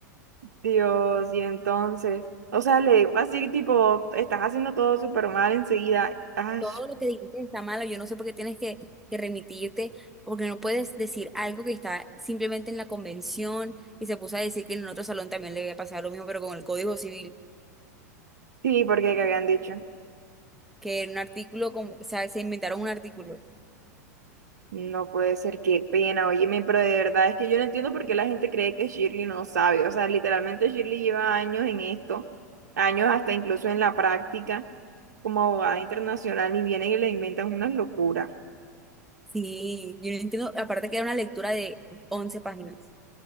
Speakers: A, on the right (about 80°); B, in the centre.
A: Dios, y entonces, o sea, le digo así, tipo, estás haciendo todo súper mal enseguida. Ay,
B: todo lo que dijiste está malo, yo no sé por qué tienes que, que remitirte, porque no puedes decir algo que está simplemente en la convención y se puso a decir que en otro salón también le había pasado lo mismo, pero con el Código Civil,
A: sí, porque que habían dicho.
B: que en un artículo, como, o sea, se inventaron un artículo.
A: No puede ser, qué pena, óyeme, pero de verdad es que yo no entiendo por qué la gente cree que Shirley no sabe. O sea, literalmente Shirley lleva años en esto, años hasta incluso en la práctica como abogada internacional y vienen y le inventan unas locuras.
B: Sí, yo no entiendo, aparte que era una lectura de once páginas,